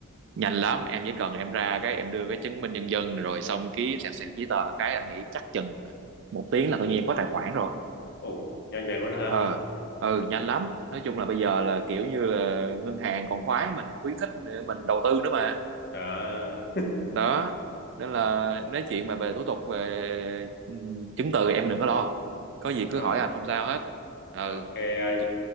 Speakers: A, on the right; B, on the left.
A: nhanh lắm em chỉ cần em ra cái em đưa cái chứng minh nhân dân rồi xong ký sẹt sẹt giấy tờ cái anh nghĩ chắc chừng ờ, một tiếng là tự nhiên em có tài khoản rồi
B: ồ nhanh về luôn ha
A: ờ ừ nhanh lắm nói chung là bây giờ là kiểu như là ngân hàng còn khoái mình khuyến khích mình đầu tư nữa mà
B: à,
A: đó nên là nói chuyện mà về thủ tục về ừm, chứng từ em đừng có lo có gì cứ
B: à
A: hỏi anh không sao hết ừ
B: Ok anh.
A: chị-